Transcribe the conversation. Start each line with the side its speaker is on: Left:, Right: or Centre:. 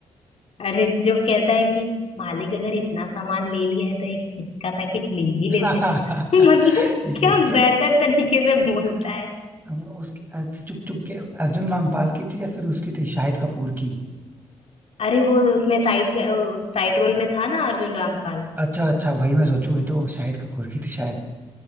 Left: अरे जब कहता है कि मालिक अगर इतना सामान ले लिया है तो एक चिप्स का पैकेट ले ही
Right: <laughs>
Left: लेते <laughs> मतलब
Right: ये
Left: क्या बेहतर तरीके से बोलता है
Right: उसके अच्छा, चुप चुप के अर्जुन रामपाल की थी या फिर उसकी थी शाहिद कपूर की
Left: अरे वो उसमें साइड साइड रोल में था ना अर्जुन रामपाल
Right: अच्छा अच्छा भाई मैं सोचू ये तो शाहिद कपूर की थी शायद